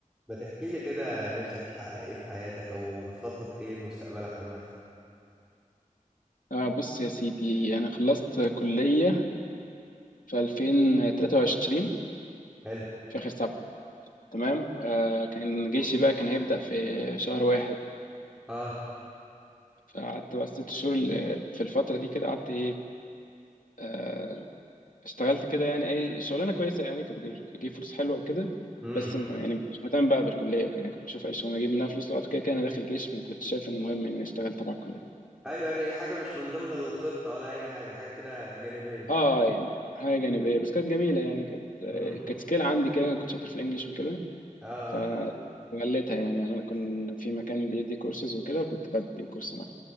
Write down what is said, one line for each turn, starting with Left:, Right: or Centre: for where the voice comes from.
Centre: ما تحكي لي كده نفسك تحقق ايه في حياتك او بتخطط ايه لمستقبلك عامة
Left: آه بص يا سيدي أنا خلصت كلية في 2023
Centre: حلو
Left: في آخر سبعة تمام آه كان جيشي بقى كان هيبدأ في شهر واحد
Centre: اه
Left: فقعدت بقى ست شهور ال- في الفترة دي كده قعدت إيه آه اشتغلت كده يعني أي شغلانة كويسة يعني كانت بتجيب بتجيب فلوس حلوة وكده
Centre: امم
Left: بس ما يعني ما كنتش مهتم بقى بالكلية وكده يعني كنت بشوف أي شغلانة أجيب منها فلوس لو كده كده أنا داخل جيش فما كنتش شايف إن مهم إن أنا أشتغل تبع الكلية
Centre: ايوه يعني حاجة مش من ضمن الخطة ولا اي حاجة حاجة كده جانبية
Left: اه يعني حاجة جانبية بس كانت جميلة يعني كانت آه،
Centre: امم
Left: كانت سكيل عندي كده أنا كنت شاطر في الإنجليش وكده
Centre: اه
Left: فغليتها
Centre: آه.
Left: يعني عمال كنا في مكان بيدي كورسز وكده وكنت بدي الكورس معاه